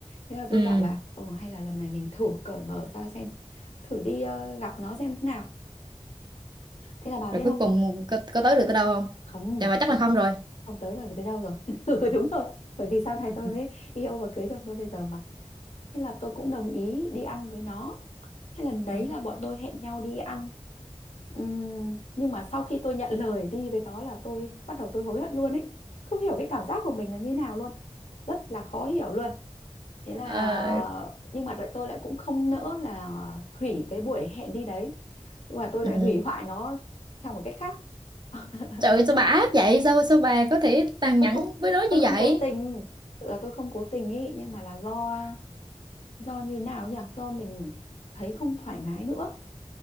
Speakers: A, on the left (about 80°); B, on the right (about 40°).
A: thế là
B: ừ
A: tôi bảo là ừ hay là lần này mình thử cởi mở ra xem thử đi ờ, gặp nó xem thế nào thế là bà biết
B: rồi
A: không
B: cuối cùng có, có tới được tới đâu không
A: không
B: dạ mà chắc
A: không
B: là không rồi
A: không tới vào tới đâu rồi <laughs> ừ, đúng rồi bởi vì sau này
B: <laughs>
A: tôi mới yêu và cưới chồng tôi bây giờ mà Thế là tôi cũng đồng ý đi ăn với nó. Thế lần đấy
B: ừ.
A: là bọn tôi hẹn nhau đi ăn. Ừm, nhưng mà sau khi tôi nhận lời đi với nó là tôi bắt đầu tôi hối hận luôn ấy. Không hiểu cái cảm giác của mình là như nào luôn. Rất là khó hiểu luôn. Thế là
B: Ờ,
A: nhưng mà lại tôi lại cũng không nỡ là hủy cái buổi hẹn đi đấy. Nhưng mà tôi
B: ừ.
A: lại hủy hoại nó theo một cách khác. <laughs>
B: trời ơi, sao bà ác vậy sao sao bà có thể tàn
A: Tôi
B: nhẫn
A: không
B: với nó
A: tôi
B: như
A: không
B: vậy
A: cố tình, là tôi không cố tình ý nhưng mà là do do như nào nhỉ? Do mình thấy không thoải mái nữa